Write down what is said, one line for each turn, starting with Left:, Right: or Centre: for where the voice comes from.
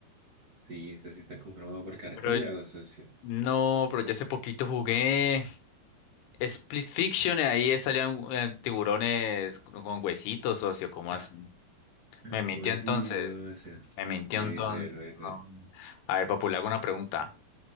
Right: Sí, socio, está conformado por cartílago,
Left: Pero yo-
Right: socio.
Left: no, pero yo hace poquito jugué Split Fiction y ahí salían eh, tiburones con con huesitos, socio. ¿Cómo
Right: <laughs>
Left: así? Me mintió
Right: ¿Cómo así,
Left: entonces.
Right: socio?
Left: Me mintió
Right: Puede
Left: entonces.
Right: ser, puede ser.
Left: no. A ver, Papu, le hago una pregunta.